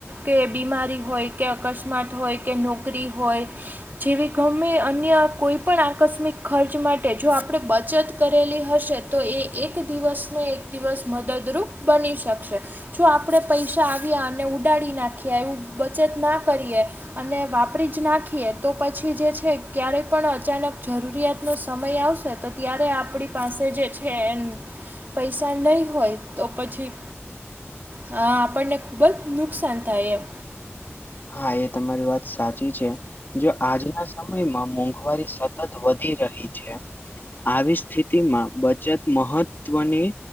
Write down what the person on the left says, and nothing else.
હા, એ તમારી વાત સાચી છે. જો આજના સમયમાં મોંઘવારી સતત વધી રહી છે, આવી સ્થિતિમાં બચત મહત્વની